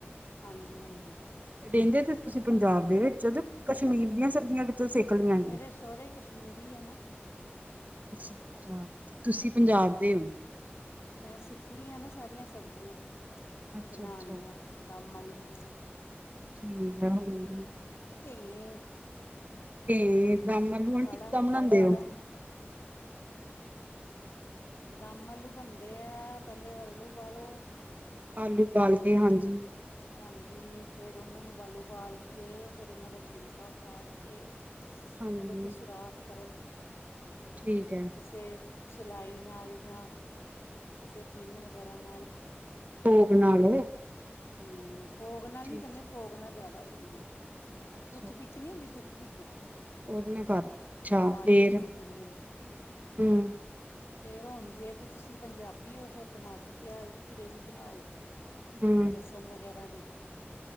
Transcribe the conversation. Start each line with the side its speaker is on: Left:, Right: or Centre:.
Left: ਹਾਂਜੀ ਹਾਂਜੀ
Right: ਰਹਿੰਦੇ ਤੇ ਤੁਸੀਂ
Left: ਦਾ
Right: ਪੰਜਾਬ ਦੇ ਵਿੱਚ ਤੇ ਕਸ਼ਮੀਰ ਦੀਆਂ ਸਬਜ਼ੀਆਂ ਕਿਥੋਂ ਸਿੱਖ ਲਿਆ ਜੇ
Left: ਮੇਰੇ ਸਹੁਰੇ ਕਸ਼ਮੀਰੀ ਐ ਨਾ
Right: ਅੱਛਾ ਅੱਛਾ ਤੇ ਤੁਸੀਂ ਪੰਜਾਬ ਦੇ ਓ
Left: ਤੈਅ ਸਿੱਖ ਲਈਆਂ ਨਾ ਸਾਰੀਆਂ ਸਬਜ਼ੀਆਂ
Right: ਅੱਛਾ-ਅੱਛਾ
Left: ਬਣਾਨੀਆਂ ਦੱਮ ਆਲੂ
Right: ਠੀਕ ਆ ਹੋਰ
Left: ਕਹੀਏ
Right: ਤੇ ਦੱਮ ਆਲੂ ਆਂਟੀ
Left: ਕੜਮ
Right: ਕਿੱਦਾਂ ਬਣਾਉਂਦੇ
Left: ਕੜਮ
Right: ਓ
Left: ਦਮ ਆਲੂ ਬਣਦੇ ਐ, ਪਹਿਲੇ ਆਲੂ ਓਬਾਲੋ।
Right: ਆਲੂ ਬਾਲਕੇ ਹਾਂਜੀ।
Left: ਹਾਂਜੀ, ਫੇਰ ਉਹਨਾਂ ਨੂੰ ਆਲੂ ਬਾਲ ਕੇ ਫੇਰ ਉਹਨਾਂ ਦਾ ਛਿਲਕਾ ਉਤਾਰ ਕੇ
Right: ਹਾਂਜੀ
Left: ਉਹਦੇ ਚ ਸੁਰਾਖ ਕਰੋ।
Right: ਠੀਕ ਏ।
Left: ਕਿਸੇ ਸਿਲਾਈ ਨਾਲ ਯਾ ਕਿਸੇ ਪਿੰਨ ਵਗੈਰਾ ਨਾਲ।
Right: ਫੋਕ ਨਾਲ
Left: ਹਮ, ਫੌਕ ਨਾਲ
Right: ਠੀਕ
Left: ਨੀ ਕਰਨੇ, ਫੋਕ ਨਾਲ ਜ਼ਿਆਦਾ ਹੋ ਜਾਂਦੇ ਆ,
Right: ਅੱਛਾ
Left: ਟੂਥਪਿ ਚ ਨੀ ਹੁੰਦੀ ਤੁੁੱਥ- ਪਿਕ
Right: ਉਹਦੇ ਨਾਲ ਕਰ ਲੋ ਅੱਛਾ
Left: ਯਾ ਮਾਚਿਸ
Right: ਫੇਰ
Left: ਦੀ ਤੀਲੀ ਨਾਲ।
Right: ਹੂੰ
Left: ਫੇਰ ਹੁਣ ਜੇ ਤਾਂ ਤੁਸੀਂ ਪੰਜਾਬੀ ਔ, ਫੇਰ ਟਮਾਟਰ ਪਿਆਜ਼ ਦੀ ਗ੍ਰੇਵੀ ਬਣਾਓ।
Right: ਹਮ
Left: ਲਸਣ ਵਗੈਰਾ ਦੀ।